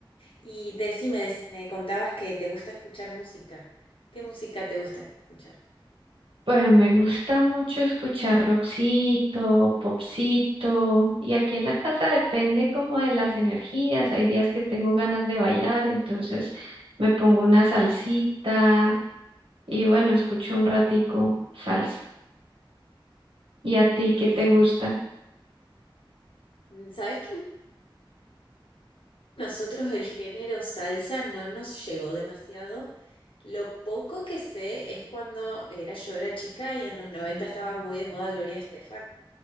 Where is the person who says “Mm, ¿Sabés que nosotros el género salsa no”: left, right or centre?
Left